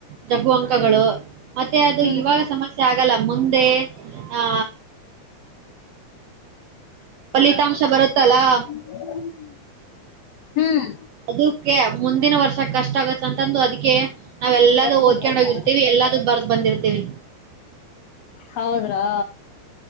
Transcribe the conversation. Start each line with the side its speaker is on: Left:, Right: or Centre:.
Right: ಜಗ್ಗು ಅಂಕಗಳು ಮತ್ತೆ ಅದು
Left: ಹ್ಮ್
Right: ಇವಾಗ
Left: ಹ್ಮ್
Right: ಸಮಸ್ಯ ಚ ಆಗಲ್ಲ ಮುಂದೆ ಹಾ. ಫಲಿತಾಂಶ ಬರುತ್ತಲ್ಲಾ.
Left: <inaudible> ಹ್ಮ್
Right: ಅದಕ್ಕೆ ಮುಂದಿನ ವರ್ಷ ಕಷ್ಟ ಆಗತ್ತ ಅಂತಂದು ಅದಕ್ಕೆ ನಾವ ಎಲ್ಲೂ
Left: ಒಟ್ಟು ಗೊತ್ತಾಯ್ತಾ
Right: ಓದ್ಕೊಂಡ್ ಹೋಗಿರ್ತೀವಿ ಎಲ್ಲ ದು ಬರ್ದ ಬಂದಿರ್ತೀವಿ.
Left: ಹೌದ್ರಾ